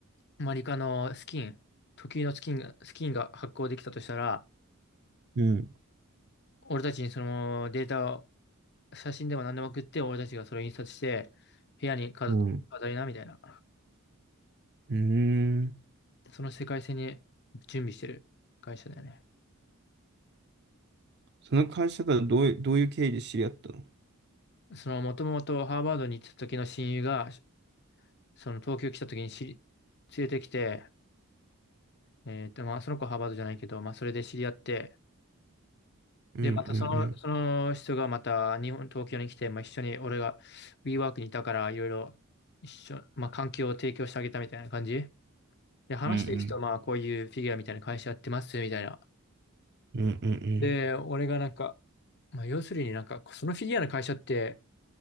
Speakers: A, on the left (about 50°); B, on the right (about 50°).
A: マリカのスキン、特有のスキンが、スキンが発行できたとしたら、
B: うんうん
A: 俺たちにそのデータを、写真でも何でも送って、俺たちがそれを印刷して、部屋に飾飾りな、
B: うんうん
A: みたいな。
B: うんうん
A: その世界線に準備してる会社だよね。
B: その会社からどういうどういう経緯で知り合ったの
A: その、もともとハーバードに行った時の親友が、その東京来た時に知り、連れてきて、えっと、まあ、その子はハーバードじゃないけど、まあ、それで知り合って、
B: うんうんうん
A: で、またその、その人がまた日本、東京に来て、まあ、一緒に俺が WeWork にいたから、いろいろ一緒、まあ、環境を提供してあげたみたいな感じ。で、話していく人、
B: うん
A: まあ、こういうフィギュアみたいな会社やってます、みたいな。
B: うんうんうん
A: で、俺がなんか、まあ、要するになんか、そのフィギュアの会社って、